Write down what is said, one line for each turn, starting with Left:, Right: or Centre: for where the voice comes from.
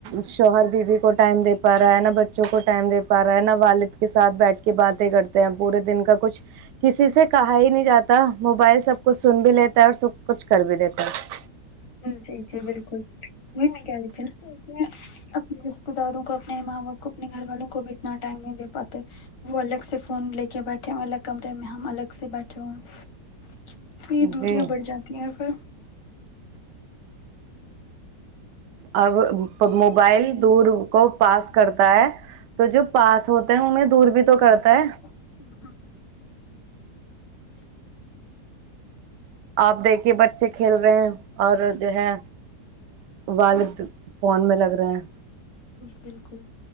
Right: شوہر بیوی کو ٹائم دے پا رہا ہے نہ بچوں کو ٹائم دے پا رہا ہے نہ والد کے ساتھ بیٹھ کی باتیں کرتے ہیں پورے دن کا کچھ کسی سے کہا ہی نہیں جاتا موبائل سب کچھ سن بھی لیتا ہے اور سب کچھ کر بھی دیتا ہے
Left: جی جی بالکل وہی میں کہ رہی تھی نا اپنے رشتے داروں کو اپنے ماں باپ کو اپنے گھر والوں کو بھی اتنا ٹائم نہیں دے پاتے وہ الگ سے فون لے کے بیٹھے ہو الگ کمرے میں ہم الگ سے بیٹھے ہوئے ہیں تو یہ دوریاں
Right: جی
Left: بڑھ جاتی ہیں پھر
Right: اب موبائل دور کو پاس کرتا ہے تو جو پاس ہوتے ہیں انہیں دور بھی تو کرتا ہے
Left: ہ ہ
Right: آپ دیکھیے بچے کھیل رہے ہیں اور جو ہے والد فون میں لگ رہے ہیں
Left: بالکل